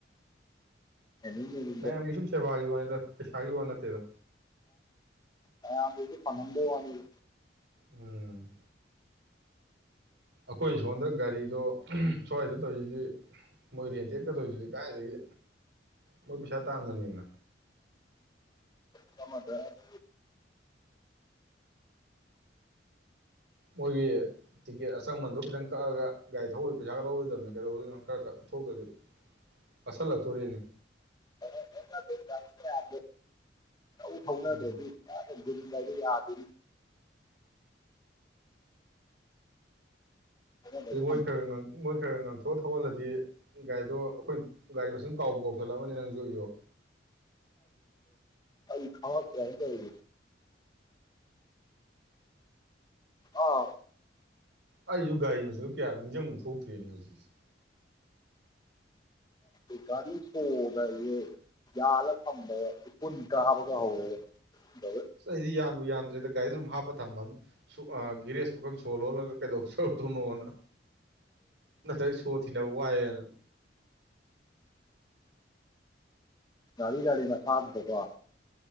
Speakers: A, on the left; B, on the right.
A: <unintelligible>
B: ꯃꯌꯥꯝꯒꯤ ꯁꯨꯝ ꯁꯦꯕꯥꯒꯤ ꯋꯥꯅꯤꯗ ꯄꯩꯁꯥꯒꯤ ꯋꯥ ꯅꯠꯇꯦꯗ
A: ꯃꯌꯥꯝꯁꯤꯁꯨ ꯐꯪꯉꯟꯕꯩ ꯋꯥꯅꯤꯗ
B: ꯎꯝ ꯑꯩꯈꯣꯏ ꯁꯣꯟꯗ ꯒꯥꯔꯤꯗꯣ ꯁ꯭ꯋꯥꯏꯗ ꯇꯧꯔꯤꯁꯤꯗꯤ ꯃꯣꯏ ꯔꯦꯟ ꯇꯦꯟꯒ ꯇꯧꯔꯤꯗꯨꯗꯤ ꯀꯗꯥꯥꯏꯗꯒꯤ ꯃꯣꯏ ꯄꯩꯁꯥ ꯇꯥꯥꯟꯕꯅ‌ꯦꯃꯤ
A: ꯀꯃꯗ <unintelligible>
B: ꯃꯣꯏꯒꯤ ꯇꯤꯀꯦꯠ ꯑꯆꯃꯟꯗꯣ ꯈꯤꯇꯪ ꯀꯛꯑꯒ ꯒꯥꯔꯤ ꯊꯧꯕꯩ ꯄꯩꯁꯥꯒ ꯂꯧꯔꯣꯏꯗꯕꯅꯤ ꯀꯩꯗꯧꯗꯣꯏꯅꯣ ꯀꯛꯑꯒ ꯊꯧꯗꯔꯗꯤ ꯄꯠꯁꯤꯜꯂꯛꯇꯣꯔꯦꯅꯦ
A: ꯃꯌꯥꯝꯗ ꯂꯧ ꯊꯧꯅꯗ꯭ꯔꯗꯤ
B: ꯎꯝ
A: <unintelligible> ꯌꯥ ꯟꯔꯤ ꯌꯥꯕ <unintelligible> ꯂꯥꯏꯅꯕꯒꯤ
B: ꯑꯗꯨ ꯃꯣꯏ ꯈꯔ ꯈꯔ ꯉꯪ ꯃꯣꯏ ꯈꯔ ꯉꯥꯡꯊꯣꯛꯑ ꯊꯧꯍꯜꯂꯗꯤ ꯒꯥꯔꯤꯗꯣ ꯑꯩꯈꯣꯏ ꯒꯥꯔꯤ ꯃꯁꯤꯡ ꯀꯥꯎꯕ ꯀꯥꯎꯁꯜꯂꯛꯎꯝꯃꯅꯤ ꯅꯪꯁꯨ ꯑꯩꯁꯨ
A: ꯑꯩ ꯊ ꯀ ꯀ <unintelligible> ꯑꯥ
B: ꯑꯩꯁꯨ ꯒꯥꯔꯤ ꯃꯁꯤꯡꯗꯨ ꯀꯌꯥꯅꫭ ꯅꯤꯡꯁꯤꯡꯕ ꯊꯣꯛꯇ꯭ꯦꯅꯦ ꯍꯧꯖꯤꯛꯁꯦ
A: ꯦꯒꯒꯥꯔꯤꯁꯨꯣꯒ ꯌꯦ <unintelligible> ꯌꯥꯜꯂꯒ ꯊꯝꯕꯗ ꯏꯐꯨꯟ ꯀꯥꯕꯒ ꯍꯧꯔꯦꯒ ꯊꯧꯗꯕꯩ
B: ꯑꯁ ꯑꯩꯗꯤ ꯌꯥꯟꯕꯨ ꯌꯥꯟꯗ꯭ꯔꯦꯗ ꯒꯥꯔꯤꯗ ꯑꯗꯨꯝ ꯍꯥꯞꯄ ꯊꯝꯃꯝꯅꯤ ꯁꫭ ꯑꯥ ꯒꯤꯔꯦꯁꯇꯨ ꯈꯛ ꯁꯣ ꯂꫭꯜꯂꯒ ꯀꯩꯗꯧꯖꯧꯗꯣꯏꯅꯣꯅ ꯅꯠꯇꯔꯗꯗꯤ ꯁꯣ ꯊꯤꯅ ꯋꯥꯏꯅ
A: ꯒꯥꯔꯤ ꯒꯥꯔꯤ ꯃꯁꯥꯗꯨꯗꯀꫭ